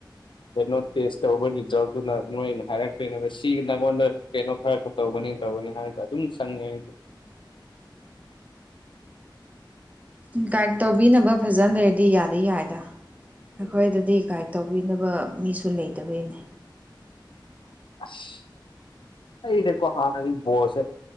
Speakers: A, on the left; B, on the right.
A: ꯀꯩꯅꯣ ꯇꯦꯁ ꯇꯧꯔꯕꯒꯤ ꯔꯤꯖꯜꯇꯨꯅ ꯃꯣꯏꯅ ꯍꯥꯏꯔꯛꯇꯣꯏꯅꯦꯕ ꯁꯤ ꯅꯪꯉꯣꯟꯗ ꯀꯩꯅꯣ ꯈꯔ ꯇꯧꯒꯅꯤ ꯇꯧꯒꯅꯤ ꯍꯥꯏꯕꯗ ꯑꯗꯨꯝ ꯆꯪꯉꯦ ꯑꯩꯁꯨ
B: ꯒꯥꯏꯗ ꯇꯧꯕꯤꯅꯕ ꯐꯖꯅ ꯂꯩꯔꯗꯤ ꯌꯥꯗꯤ ꯌꯥꯏꯗ ꯑꯩꯈꯣꯏꯗꯗꯤ
A: ꯎꯝ
B: ꯒꯥꯏꯠ ꯇꯧꯕꯤꯅꯕ ꯃꯤꯁꯨ ꯂꯩꯇꯕꯩꯅꯦ
A: ꯑꯁ <unintelligible> ꯑꯩꯗꯤꯀꯣ ꯍꯥꯟꯅꯗꯤ ꯕꯣꯜꯁꯦ